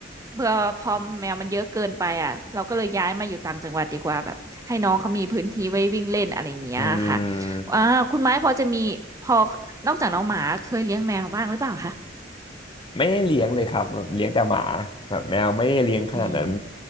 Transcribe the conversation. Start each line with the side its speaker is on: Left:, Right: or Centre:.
Right: เบื่อพอแมวมันเยอะเกินไปอ่ะเราก็เลยย้ายมาอยู่ต่างจังหวัดดีกว่าแบบให้น้องเขามีพื้นที่ไว้วิ่งเล่นอะไรอย่างเงี้ยค่ะ
Left: อื
Right: อ่าคุณไม้พอจะมีพอ
Left: ม
Right: นอกจากน้องหมาเคยเลี้ยงแมวบ้างหรือเปล่าคะ
Left: ไม่ได้เลี้ยงเลยครับแบบเลี้ยงแต่หมาแบบแมวไม่ได้เลี้ยงขนาดนั้น
Right: อืม